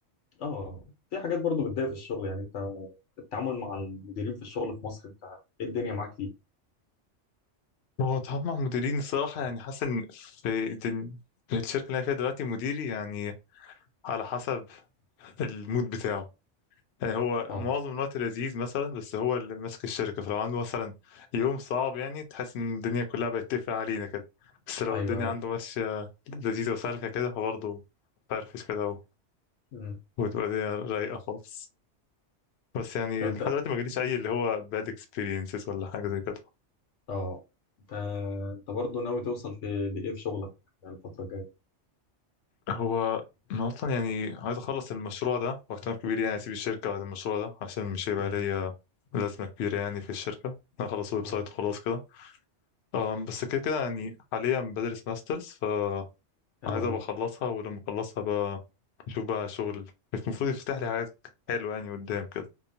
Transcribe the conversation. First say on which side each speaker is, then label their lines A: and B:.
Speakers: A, on the left; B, on the left.
A: اه في حاجات برضو بتضايق في الشغل يعني انت التعامل مع المديرين في الشغل في مصر انت ايه الدنيا معاك فيه
B: هو التعامل مع المديرين الصراحة يعني حاسس ان في دن... الشركة اللي انا فيها دلوقتي مديري يعني على حسب المود بتاعه يعني هو
A: اه
B: معظم الوقت لذيذ مثلا بس هو اللي ماسك الشركة فلو عنده مثلا يوم صعب يعني تحس ان الدنيا كلها بتتقفل علينا كده بس لو
A: ايوه
B: الدنيا
A: ايوه
B: عنده ماشية لذيذة وسالكة كده فبرضه فرفش كده
A: امم
B: وتبقى دي رايقة خالص بس يعني
A: لو انت
B: لحد دلوقتي ما جاليش أي اللي هو bad experiences ولا حاجة زي كده
A: اه انت انت برضو ناوي توصل في لايه في شغلك الفترة الجاية
B: هو أنا أصلا يعني عايز أخلص المشروع ده واحتمال كبير يعني أسيب الشركة بعد المشروع ده عشان مش هيبقى
A: امم
B: ليا لازمة كبيرة يعني في الشركة أنا أخلص ويب
A: اه
B: سايت وخلاص كده أم، بس كده كده يعني حاليا بدرس ماسترز فعايز
A: حلو قوي
B: أبقى أخلصها ولما أخلصها بقى نشوف بقى شغل المفروض يفتح لي حاجات حلوة يعني قدام كده